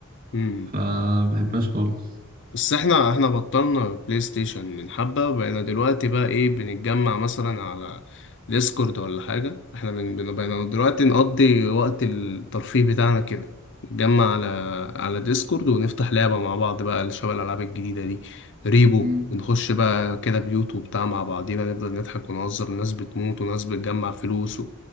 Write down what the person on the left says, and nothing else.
امم.
بس احنا احنا بطلنا بلاي ستيشن من حبة وبقينا دلوقتي بقى ايه بنتجمع مثلا على ديسكورد ولا حاجة احنا من بن- بقينا دلوقتي نقضي وقت الترفيه بتاعنا كده نتجمع على على ديسكورد ونفتح لعبة مع بعض بقى شبه الألعاب الجديدة دي ريبو
ونخش بقى كده بيوت وبتاع مع بعضينا نفضل نضحك ونهزر وناس بتموت وناس بتجمع فلوس و-